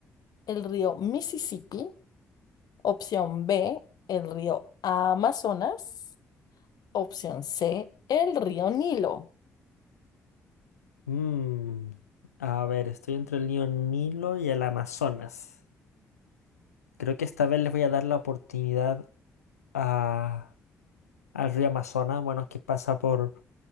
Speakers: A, on the left; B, on the left.
A: el río Mississippi. Opción B, el río Amazonas. Opción C, el río Nilo.
B: Mm, a ver, estoy entre el río Nilo y el Amazonas. Creo que esta vez les voy a dar la oportunidad a- al río Amazonas, bueno, que pasa por,